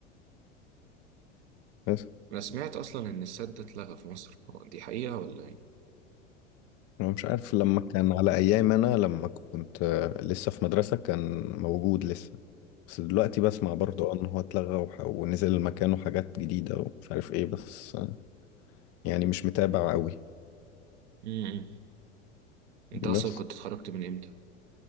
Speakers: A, on the left; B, on the right.
A: بس
B: أنا سمعت أصلا إن السد ده اتلغى في مصر هو دي حقيقة ولا إيه؟
A: أنا مش عارف لما كان على أيام أنا لما كنت آه، لسه في مدرسة كان موجود لسه بس دلوقتي بسمع برضه آه، إن هو اتلغى وح- ونزل مكانه حاجات جديدة ومش عارف إيه بس آه، يعني مش متابع قوي
B: امم أنت أصلا
A: بس
B: كنت اتخرجت من إمتى؟